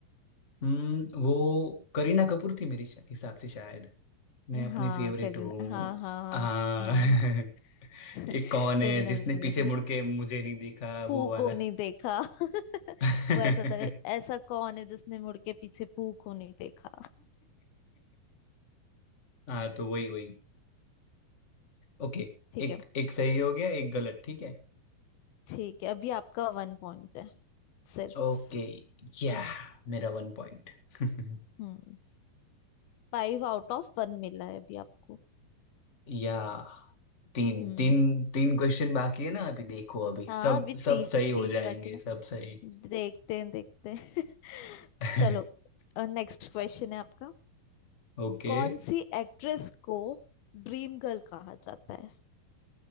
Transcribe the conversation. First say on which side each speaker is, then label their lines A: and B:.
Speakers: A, on the left; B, on the left.
A: हम्म वो करीना कपूर थी मेरे शा- हिसाब से शायद मैं अपनी
B: हाँ
A: फेवरेट
B: करीना
A: हूँ
B: हाँ हाँ
A: हाँ
B: हाँ हाँ
A: <laughs>
B: हाँ <laughs>
A: ये कौन
B: करीना
A: है जिसने
B: कपूर ने
A: पीछे
B: तो
A: मुड़ के मुझे नहीं दिखा वो
B: पू
A: वाला
B: को नहीं देखा <laughs>
A: <laughs>
B: वो ऐसा था ऐसा कौन है जिसने मुड़ के पीछे पू को नहीं देखा
A: हाँ तो वही वही ओके
B: ठीक
A: एक
B: है
A: एक सही हो गया एक गलत ठीक है
B: ठीक है अभी आपका वन पॉइंट है सिर्फ
A: ओके या मेरा वन पॉइंट <laughs>
B: हम्म फाइव आउट ऑफ वन मिला है अभी आपको
A: या तीन
B: हम्म
A: तीन तीन क्वेश्चन बाकी है ना अभी देखो अभी
B: हाँ
A: सब
B: अभी
A: सब
B: तीन
A: सही हो
B: तीन
A: जाएंगे
B: बाकी ना
A: सब सही
B: देखते हैं देखते हैं
A: <laughs>
B: चलो नेक्स्ट क्वेश्चन है आपका
A: ओके
B: कौन सी एक्ट्रेस को ड्रीम गर्ल कहा जाता है